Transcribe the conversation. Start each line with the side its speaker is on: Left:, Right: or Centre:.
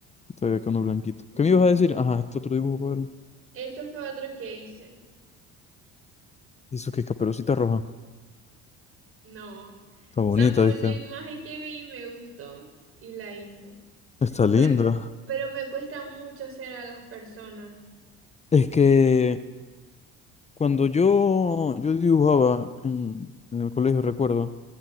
Left: Todavía con uno blanquito.
Right: Ujú.
Left: ¿Qué me ibas a decir? Ajá, este otro dibujo, Pablo.
Right: Eso fue otro que hice.
Left: ¿Y eso qué? Caperucita roja.
Right: No. O
Left: Está bonita,
Right: sea, fue
Left: ¿viste?
Right: una imagen que vi, me gustó y la hice.
Left: Está linda.
Right: Pero, pero me cuesta mucho hacer a las personas.
Left: Es que cuando yo, yo dibujaba en, en el colegio, recuerdo,